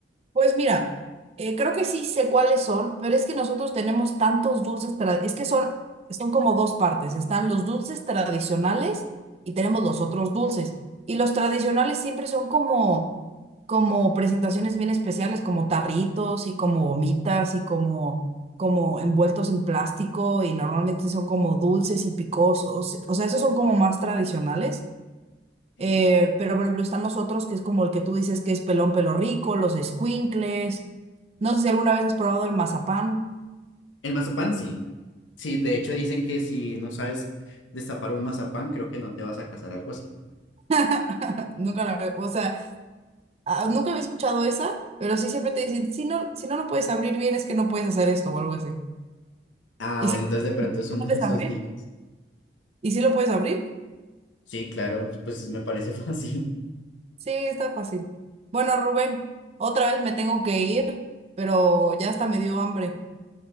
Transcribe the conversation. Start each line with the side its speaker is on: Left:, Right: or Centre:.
Right: Pues mira, eh, creo que sí sé cuáles son, pero es que nosotros tenemos tantos dulces, tra- es que son, son como dos partes, están los dulces tradicionales y tenemos los otros dulces. Y los tradicionales siempre son como, como presentaciones bien especiales, como tarritos y como gomitas y como, como envueltos en plástico y normalmente son como dulces y picosos, o sea, esos son como más tradicionales.
Left: Sí.
Right: Eh, pero, por ejemplo, están los otros que es como el que tú dices que es pelón pelo rico, los escuincles. No sé si alguna vez has probado el mazapán.
Left: El mazapán sí. Sí, de hecho dicen que si no sabes destapar un mazapán, creo que no te vas a casar, algo así.
Right: <laughs> Nunca lo he- o sea, ah, nunca había escuchado esa, pero sí siempre te dicen, si no, si no lo puedes abrir bien, es que no puedes hacer esto o algo así.
Left: Ah,
Right: Y
Left: bueno,
Right: sí
Left: entonces de pronto
Right: lo <laughs>
Left: <laughs> es uno
Right: puedes
Left: de esos
Right: abrir.
Left: dichos.
Right: ¿Y sí lo puedes abrir?
Left: Sí, claro, pues me parece <laughs> fácil.
Right: Sí, está fácil. Bueno, Rubén, otra vez me tengo que ir, pero ya hasta me dio hambre.